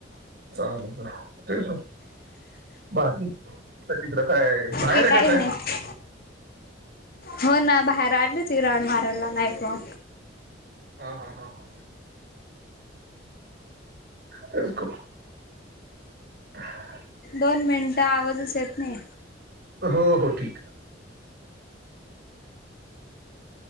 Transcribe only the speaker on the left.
की
काही
नाही. हो ना बाहेर आली होती राऊंड मारायला नाईटला
दोन मिनिटं, आवाजच येत नाही.